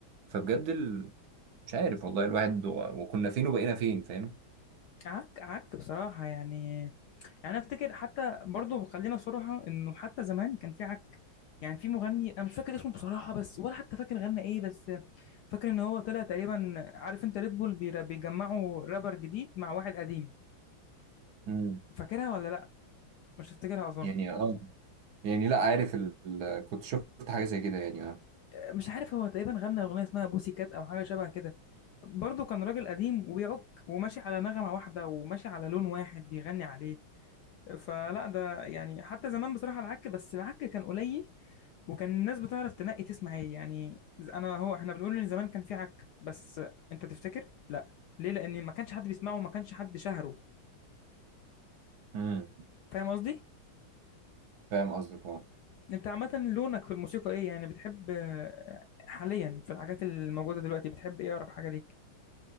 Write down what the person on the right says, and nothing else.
فبجد مش عارف والله الواحد و- وكنا فين وبقينا فين فاهم
امم
يعني اه يعني لا عارف ال... ال- كنت شفت حاجة زي كده يعني اه
امم
فاهم قصدك اه